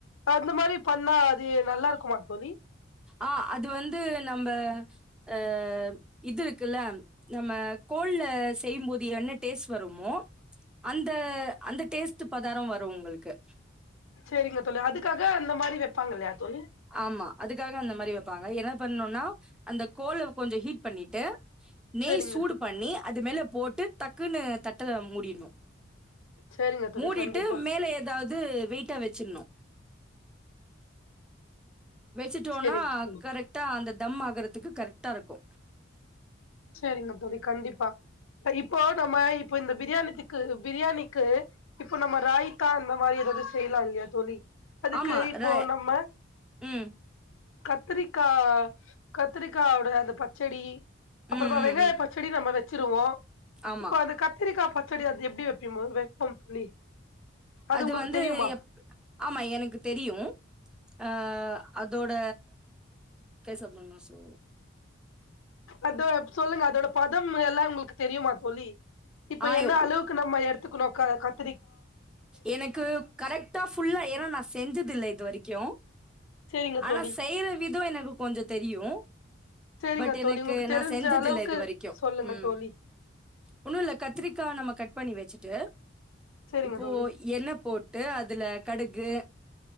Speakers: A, on the left; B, in the centre.
A: அந்த மாரி பண்ணா அது நல்லா இருக்குமா தோழி
B: ஆ அது வந்து நம்ப அ இது இருக்குல்ல நம்ம கோல்ல செய்யும்போது என்ன டேஸ்ட் வருமோ அந்த அந்த டேஸ்ட் பதாரம் வரும் உங்களுக்கு
A: சேரிங்க தோளி அதுக்காக அந்த மாரி வெப்பாங்க இல்லையா தோழி
B: ஆமா அதுக்காக அந்த மாரி வெப்பாங்க என்ன பண்ணுன்னா அந்த கோல கொஞ்சோ ஹீட் பண்ணிட்டு நீ
A: சேரிங்க
B: சூடு பண்ணி அது மேல போட்டு டக்குன்னு தட்டத மூடிணு
A: சேரிங்க தோழி
B: மூடிட்டு
A: கண்டிப்பா
B: மேல எதாவது வெயிட்டா வெச்சுருனு வெச்சுட்டோன்னா
A: சேரிங்க தோழி
B: கரெக்டா அந்த தம் ஆகுறதுக்கு கரெக்டா இருக்கு
A: சேரிங்க தோழி கண்டிப்பா இப்போ நம்ம இப்ப இந்த பிரியாணித்துக்கு பிரியாணிக்கு இப்போ நம்ம ரைத்தா அந்த மாரி எதாவது செய்லா இல்லையா தோழி அதுக்கு
B: ஆமா
A: இப்போ
B: ர
A: நம்ம
B: ம்
A: கத்திரிக்கா கத்திரிக்காயோட அந்த பச்சடி அப்புறமா
B: ம்
A: வெங்காய
B: ம் ம்
A: பச்சடி நம்ம வெச் வச்சுருவோ
B: ஆமா
A: இப்ப அது கத்திரிக்காப் பச்சடி அது எப்டி வெப்பீம்மோ வெப்பம் தோழி
B: அது
A: உங்களுக்கு
B: வந்து
A: தெரியுமா
B: எப் ஆமா எனக்கு தெரியு அ அதோட பேச போன்னா சோ
A: அத சொல்லுங்க அதோட பதம் எல்லா உங்களுக்கு தெரியுமா தோழி இப்ப
B: ஆ
A: என்ன
B: எ-
A: அளவுக்கு நம்ம எடுத்துக்கணுக்கா கத்
B: எனக்கு கரெக்டா ஃபுல்லா ஏன்னா நா செஞ்சது இல்ல இது வரைக்கு
A: சேரிங்க
B: ஆனா
A: தோழி
B: செய்யற விதம் எனக்கு கொஞ்ச தெரியு
A: சேரிங்க
B: பட் எனக்கு
A: தோழி உங்களுக்கு
B: நா
A: தெரிஞ்ச
B: செஞ்சத
A: அளவுக்கு
B: இல்ல இது வரைக்கு
A: சொல்லுங்க
B: ம்
A: தோழி
B: ஒன்னும் இல்ல கத்திரிக்கா நம்ம கட் பண்ணி வச்சுட்டு
A: சேரிங்க
B: இப்போ
A: தோழி
B: என்னப் போட்டு அதுல கடுகு
A: ம்